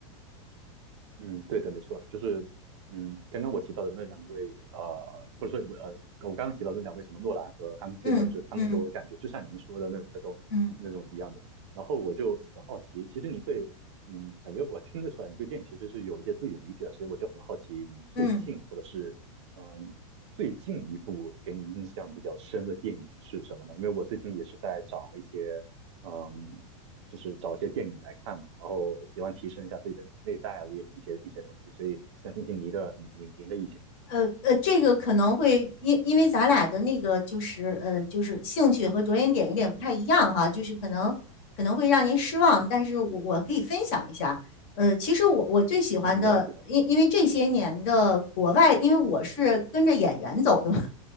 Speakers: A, on the right (about 55°); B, on the left (about 30°).
A: 嗯，对的，没错，就是嗯，刚刚我提到的那两位，呃，不是说呃，我刚刚提到的那两位什么诺兰和 Hans Zimmer，
B: 嗯嗯
A: 就是他们给我的感觉就像您说的那那种那种一样的。
B: 嗯
A: 然后我就很好奇，其实你对，嗯，感觉我听得出来，你对电影其实是有一些自己的理解的，所以我就很好奇，你最近或者是嗯最近一部给你印象比较深的电影是什么呢？
B: 嗯。
A: 因为我最近也是在找一些。嗯就是找一些电影来看嘛，然后喜欢提升一下自己的内在啊，一些一些一些东西，所以想听听您的您您的意见。
B: 呃呃，这个可能会因因为咱俩的那个就是呃就是兴趣和着眼点有点不太一样哈，就是可能可能会让您失望，但是我我可以分享一下。呃，其实我我最喜欢的，
A: 嗯，没问题的。
B: 因因为这些年的国外，因为我是跟着演员走的嘛，